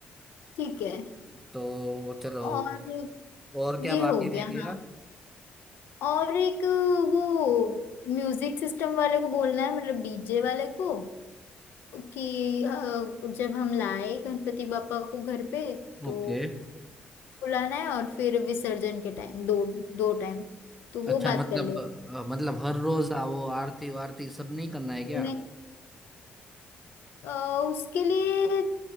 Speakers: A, on the left; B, in the centre.
A: ठीक है
B: तो चलो
A: और
B: और क्या
A: ये
B: बाकी
A: हो गया
B: रह गया
A: हाँ और एक वो म्यूजिक सिस्टम वाले को बोलना है मतलब डीजे वाले को कि अ, जब हम लाए गणपति बापा को घर पे तो
B: ओके
A: बुलाना है और फिर विसर्जन के टाइम दो दो टाइम तो वो
B: अच्छा
A: बात
B: मतलब
A: कर
B: अ, मतलब हर रोज आओ आरती वारती सब नहीं करना है क्या
A: लेना अ, उसके लिए